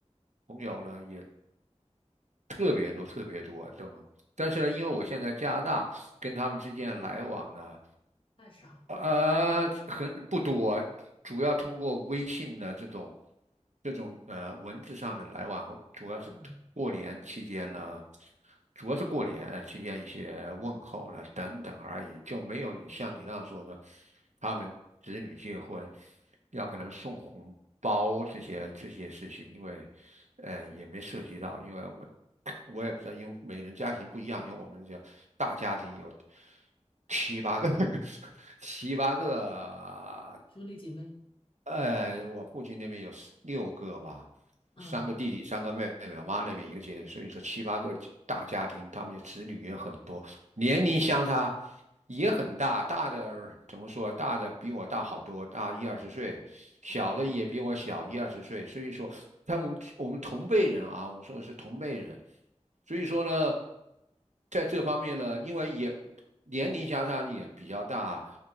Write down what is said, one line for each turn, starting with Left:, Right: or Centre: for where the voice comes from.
Right: 朋友呢，也特别多，特别多，懂吗？但是呢，因为我现在加拿大，跟他们之间来往呢。
Left: 太少？
Right: 呃，很不多，主要通过微信的这种这种呃文字上的来往，主要是过年期间呢，
Left: 嗯，
Right: 主要是过年呃期间一些问候了等等而已，就没有你像你那样说的，
Left: 嗯，
Right: 他们子女结婚要给他们送红包这些这些事情，因为呃也没涉及到，因为我我也不知道，因为每人家庭不一样，因为我们这大家庭有七八个，<laughs> 七八个，
Left: 兄弟姐妹，
Right: 呃，我父亲那边有四六个吧，
Left: 嗯，
Right: 三个弟弟，三个妹妹，我妈那边一个姐姐，所以说七八个大家庭，他们的子女也很多，年龄相差也很大，大的怎么说？大的比我大好多，大一二十岁，小的也比我小一二十岁。
Left: 哇，
Right: 所以说，他们我们同辈人啊，我说的是同辈人。所以说呢，在这方面呢，因为也年龄相差也比较大，